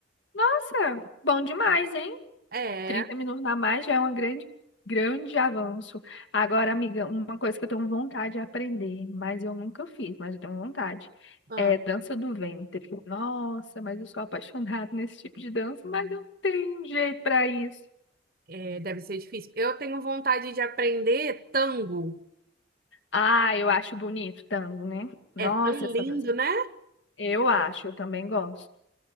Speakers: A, on the left; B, on the right.
A: Nossa, bom demais, hein?
B: É,
A: 30 minutos a mais já é um grande, grande avanço. Agora, amiga, uma coisa que eu tenho vontade de aprender, mas eu nunca fiz, mas eu tenho vontade,
B: ah,
A: é dança do ventre. Nossa, mas eu sou <laughs> apaixonada nesse tipo de dança, mas eu não tenho jeito para isso.
B: é, deve ser difícil. Eu tenho vontade de aprender tango.
A: Ah, eu acho bonito tango, né? Nossa,
B: É tão lindo,
A: essa dança.
B: né?
A: Eu acho, eu também gosto.